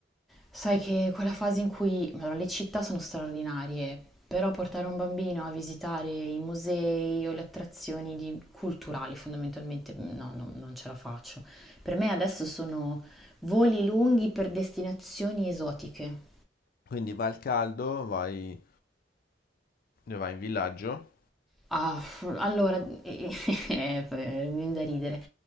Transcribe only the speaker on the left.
Quindi vai al caldo, vai, vai in villaggio